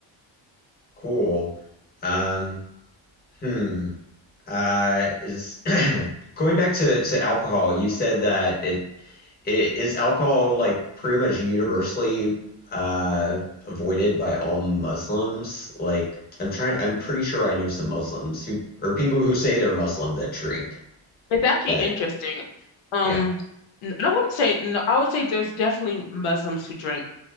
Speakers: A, on the left; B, on the left.
A: Cool. Um, hmm. Uh, is <clears throat> going back to to alcohol, you said that it, it is alcohol like pretty much universally uh avoided by all Muslims? Like I'm trying I'm pretty sure I know some Muslims who or people who say they're Muslim that drink.
B: It's actually
A: But
B: interesting. Um,
A: yeah.
B: n- I wouldn't say, no, I would say there's definitely Muslims who drink